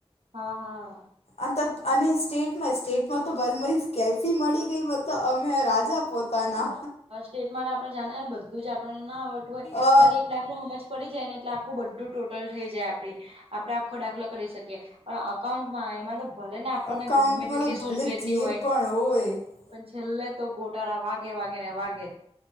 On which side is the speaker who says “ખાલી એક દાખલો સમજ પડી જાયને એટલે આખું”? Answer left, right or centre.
Right